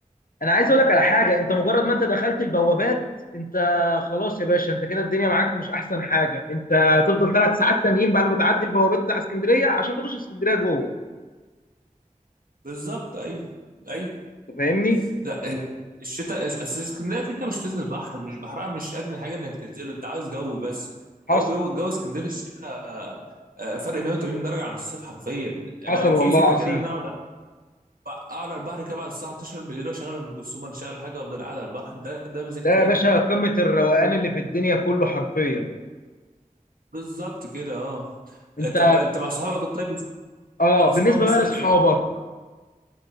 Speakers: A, on the left; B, on the right.
A: انا عايز اقول لك على حاجه انت مجرد ما انت دخلت البوابات انت خلاص يا باشا انت كده الدنيا معاك مش احسن حاجه انت هتفضل ثلاث ساعات تانيين بعد ما تعدي البوابات بتاع اسكندريه عشان تخش اسكندريه جوه
B: بالظبط ايوه ايوه
A: انت فاهمني
B: لا آه، الشتاء آه، اصل اسكندريه كده كده مش تنزل البحر مش بحرها مش اجمل حاجه انك تنزله انت عاوز جو بس
A: حصل
B: هو جو جو اسكندريه في الشتاء آه، آه، فرق 180 درجه عن الصيف حرفيا انا
A: حصل
B: أنا كيفي
A: والله العظيم
B: ان كده ان أنا اقعد اقعد على البحر كده بعد الساعه 12 بالليل واشغل ام كلثوم ولا اشغل حاجه وافضل قاعد على البحر ده ده مزاج تاني
A: ده يا باشا قمة الروقان اللي في الدنيا كله حرفيا
B: بالظبط كده اه
A: انت
B: طب انت مع صحابك طيب
A: اه
B: مع صحابك
A: بالنسبة
B: بتسافر
A: بقى لاصحابك
B: فين